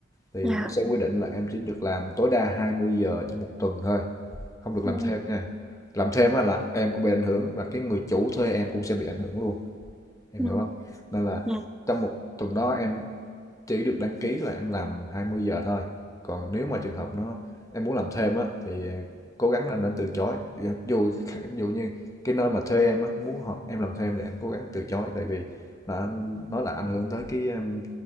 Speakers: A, on the left; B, in the centre.
A: thì
B: dạ
A: nó sẽ quy định là em chỉ được làm tối đa 20 giờ trong một tuần thôi không được làm
B: Ừ.
A: thêm nha làm thêm á là em cũng bị ảnh hưởng và cái người chủ thuê em cũng sẽ bị ảnh hưởng luôn em
B: dạ
A: hiểu không nên là
B: dạ
A: trong một tuần đó em chỉ được đăng ký là em làm 20 giờ thôi còn nếu mà trường hợp nó em muốn làm thêm á thì cố gắng là nên từ chối dù dù như cái nơi mà thuê em á muốn họ em làm thêm thì em cố gắng từ chối tại vì là nó là ảnh hưởng tới cái um,